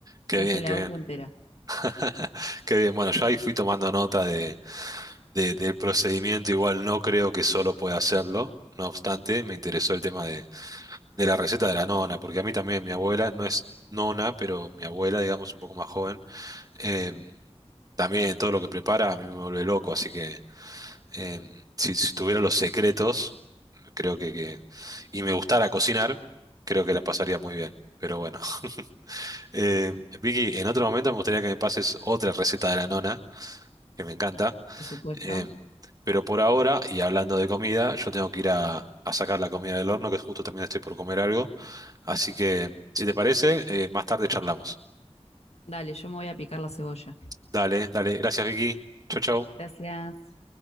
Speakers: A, on the right; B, on the left.
A: qué
B: Se hace
A: bien,
B: la
A: qué bien.
B: olla entera,
A: <laughs> Qué bien, bueno, yo ahí fui tomando nota de- del procedimiento, igual no creo que solo pueda hacerlo. No obstante, me interesó el tema de, de la receta de la nona, porque a mí también mi abuela no es nona, pero mi abuela, digamos, un poco más joven, eh, también todo lo que prepara a mí me vuelve loco, así que eh, si, si tuviera los secretos, creo que, que- y me gustara cocinar, creo que la pasaría muy bien. Pero bueno, <laughs> Eh, Vicky, en otro momento me gustaría que me pases otra receta de la nona, que me encanta.
B: por supuesto.
A: Em, pero por ahora, y hablando de comida, yo tengo que ir a, a sacar la comida del horno, que justo también estoy por comer algo. Así que, si te parece, eh, más tarde charlamos.
B: Dale, yo me voy a picar la cebolla.
A: Dale, dale. Gracias, Vicky. Chau, chau.
B: Gracias.